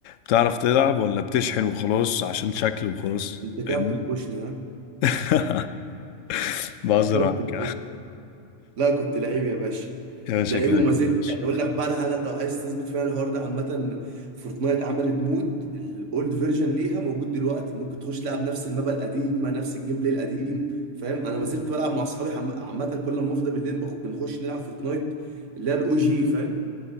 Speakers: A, on the left (about 85°); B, on the right (about 75°).
A: بتعرف تلعب ولا بتشحن وخلاص عشان شكل وخلاص
B: انت كابتن
A: فاهمني؟
B: كوشني ها
A: <laughs> بهزر
B: كابتن
A: معاك
B: لا كنت لعيب يا باشا
A: يا باشا
B: لعيب
A: كده
B: وما
A: كده
B: زلت
A: يا باشا
B: يعني اقول لك بقى على حاجه لو عايز تثبت فيها الحوار ده عامه فورتنايت عملت مود الاولد فيرجن ليها موجود دلوقتي ممكن تخش تلعب نفس المابا القديمه نفس الجيم بلاي القديم فاهم انا ما زلت بلعب مع اصحابي عم- عامه كل ما افضى بالليل بخ- بنخش نلعب فورتنايت اللي هي الاو جي فاهم